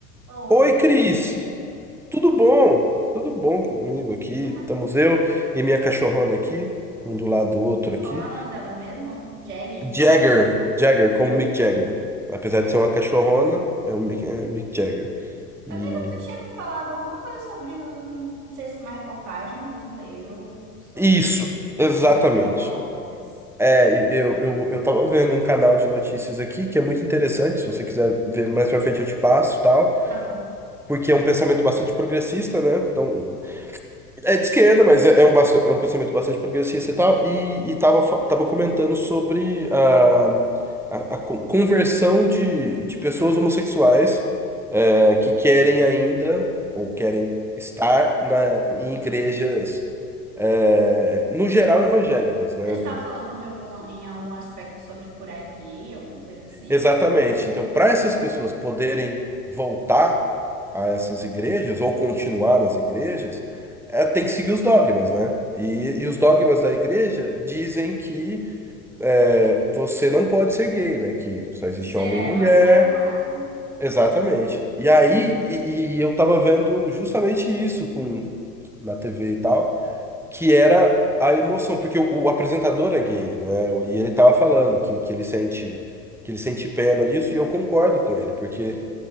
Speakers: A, on the right; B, in the centre.
A: Oi,
B: Oi,
A: tudo
B: Cris.
A: bem?
B: Tudo bom? Tudo bom comigo aqui?
A: Ah,
B: Estamos eu e minha cachorrona aqui, um do lado do outro
A: como
B: aqui.
A: é o nome dela mesmo? Jagger?
B: Jagger, Jagger, como Mick Jagger. Apesar
A: É.
B: de ser uma cachorrona, é o Mick, é Mick Jagger. E
A: Amiga, tu tinha me falado alguma coisa sobre um, não sei se uma reportagem que tu leu sobre
B: isso,
A: pessoas
B: exatamente.
A: religiosas.
B: É, e eu, eu, eu tava vendo um canal de notícias aqui que é muito interessante. Se você quiser ver mais pra frente, eu te passo, tal.
A: Tá bom.
B: Porque é um pensamento bastante progressista, né? Então, É de esquerda, mas é, é um, basta- é um pensamento bastante progressista e tal, e, e tava, fa- tava comentando sobre a, a, a con- conversão de, de pessoas homossexuais é, que querem ainda, ou querem estar na, em igrejas, é, no geral, evangélicas, né?
A: Eu estava falando de alguma, em algum aspecto sobre curar gay, alguma coisa assim.
B: Exatamente. Então, para essas pessoas poderem voltar a essas igrejas ou continuar nas igrejas, é, tem que seguir os dogmas, né? E, e os dogmas da igreja dizem que é, você não pode ser gay, né? Que só existe
A: E ser
B: homem
A: ela
B: e mulher.
A: tá errada.
B: Exatamente. E aí, e, e eu tava vendo justamente isso com, na TV e tal que era a emoção, porque o, o apresentador é gay, né? E ele tava falando que, que ele sente que ele sente pena disso, e eu concordo com ele, porque